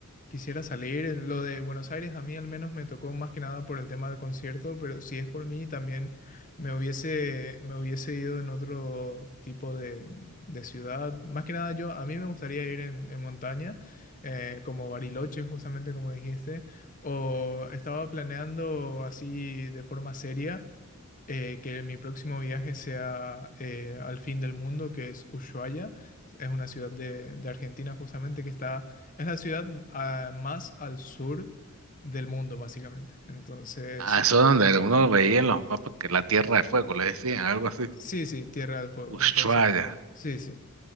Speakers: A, on the left; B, on the right.
A: quisiera salir, lo de Buenos Aires a mí al menos me tocó más que nada por el tema del concierto, pero si es por mí también me hubiese, me hubiese ido en otro tipo de, de ciudad. Más que nada yo, a mí me gustaría ir en, en montaña, eh, como Bariloche justamente como dijiste, o estaba planeando así de forma seria eh, que mi próximo viaje sea eh, al fin del mundo, que es Ushuaia. Es una ciudad de, de Argentina justamente que está, es la ciudad mm, ah, más al sur del mundo, básicamente. Entonces,
B: Ah, Eso es donde uno veía en los mapas que la Tierra de Fuego, le decían, algo así.
A: sí, sí, Tierra del Fuego.
B: Ushuaia.
A: Entonces, sí, sí.